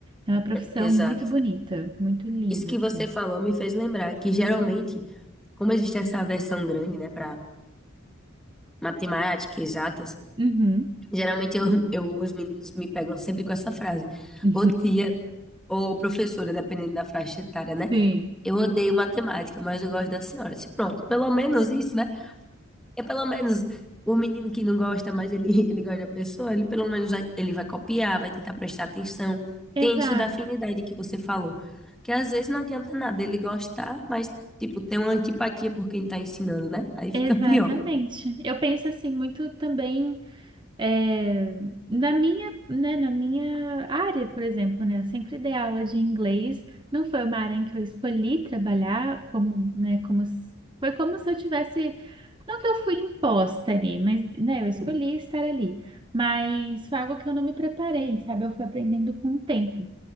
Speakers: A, on the right; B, in the centre.
A: é uma profissão
B: exato.
A: muito bonita, muito linda,
B: Isso que
A: assim.
B: você falou me fez lembrar que geralmente como existe essa aversão grande, né, para matemática, exatas,
A: Uhum.
B: geralmente eu, eu, os meninos me pegam sempre com essa frase.
A: <laughs>
B: Ô tia, ou professora, dependendo da faixa etária, né?
A: Sim.
B: Eu odeio matemática, mas eu gosto da senhora. Se pronto, pelo menos isso, né? É pelo menos o menino que não gosta, mas ele, <laughs> ele gosta da pessoa, ele pelo menos vai- ele vai copiar, vai tentar prestar atenção.
A: Exato,
B: Tem isso da afinidade que você falou, que às vezes não adianta nada ele gostar, mas tipo, tem uma antipatia por quem tá ensinando, né? Aí fica
A: exatamente.
B: pior.
A: Eu penso assim muito também É, na minha, né, na minha área, por exemplo, né, eu sempre dei aula de inglês, não foi uma área em que eu escolhi trabalhar, como, né, como, se- foi como se eu tivesse, não que eu fui imposta ali, mas, né, eu escolhi estar ali, mas foi algo que eu não me preparei, sabe, eu fui aprendendo com o tempo.